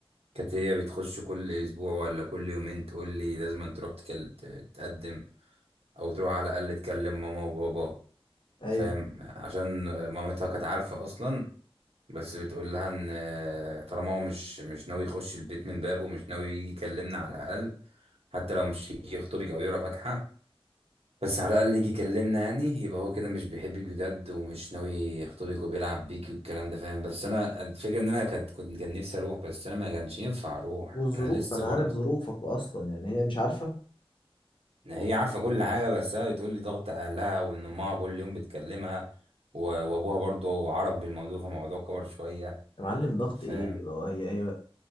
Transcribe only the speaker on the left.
ايوه
والظروف
انا
عارف ظروفك اصلا يعني هي مش عارفه
يا معلم ضغط
ايه هو- هي هي